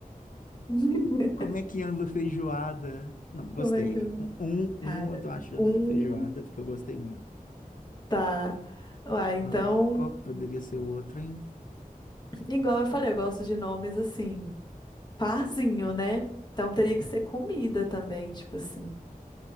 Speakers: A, on the left; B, on the left.
A: <laughs>
B: Como é que anda a feijoada? Não, gostei.
A: Como é que eu...
B: Um,
A: Cara,
B: um um eu tô achando
A: um
B: que é feijoada, porque eu gostei muito.
A: tá. Uai,
B: Agora,
A: então,
B: qual que poderia ser o outro, hein?
A: igual eu falei, eu gosto de nomes assim. Parzinho, né? Então teria que ser comida também, tipo assim.